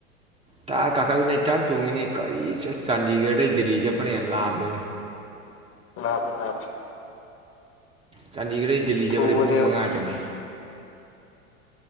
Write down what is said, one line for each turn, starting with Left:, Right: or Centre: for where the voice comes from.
Right: ꯇꯔꯥꯛ ꯀꯥꯈꯠꯅꯤ ꯊꯛ ꯇꯣꯡꯉꯤꯅꯦ ꯀꯔꯤ ꯆꯥꯟꯗꯤꯒꯔꯗꯩ ꯗꯤꯜꯂꯤ ꯆꯠꯄꯅꯦꯅ ꯂꯥꯛꯄꯦ
Left: ꯂꯥꯞ ꯂꯥꯄꯤ
Right: ꯆꯥꯟꯗꯤꯒꯔꯗ ꯗꯦꯜꯂꯤꯖꯕꯗ
Left: ꯊꯨꯕꯅꯦꯕ
Right: ꯄꯨꯡ ꯃꯉꯥ ꯆꯪꯏ